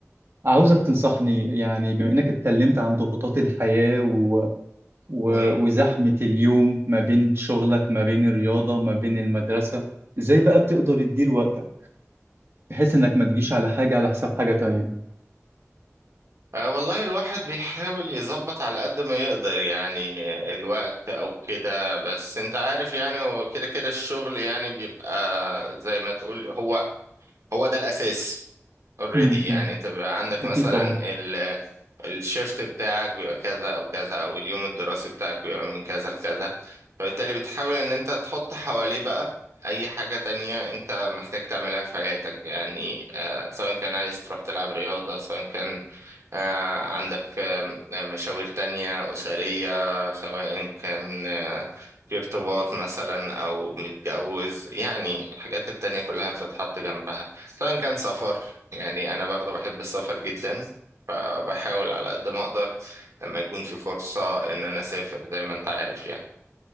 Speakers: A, on the right; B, on the right.
A: عاوزك تنصحني يعني بما انك اتكلمت عن ضغوطات الحياه و... و...
B: مم.
A: وزحمه اليوم ما بين شغلك ما بين الرياضه ما بين المدرسه ازاي بقى بتقدر تدير وقتك بحيث انك ما تجيش على حاجه على حساب حاجه تانية
B: آه والله الواحد بيحاول يظبط على قد ما يقدر يعني الوقت او كده بس انت عارف يعني هو كده كده الشغل يعني بيبقى زي ما تقول هو هو ده الأساس already
A: امم
B: يعني
A: امم
B: انت بيبقى عندك
A: اكيد
B: مثلا
A: طبعا
B: ال الشيفت بتاعك بيبقى كذا او كذا او اليوم الدراسي بتاعك بيبقى من كذا لكذا فبالتالي بتحاول ان انت تحط حواليه بقى اي حاجة تانية انت محتاج تعملها في حياتك يعني آه سواء كان عايز تروح تلعب رياضة سواء كان آه عندك آم، آه، مشاوير تانية أسرية سواء كان آه في ارتباط مثلا أو متجوز يعني الحاجات التانية كلها بتتحط جنبها سواء كان سفر يعني أنا برضه بحب السفر جدا فبحاول على قد ما أقدر لما يكون في فرصة إن أنا أسافر زي ما أنت عارف يعني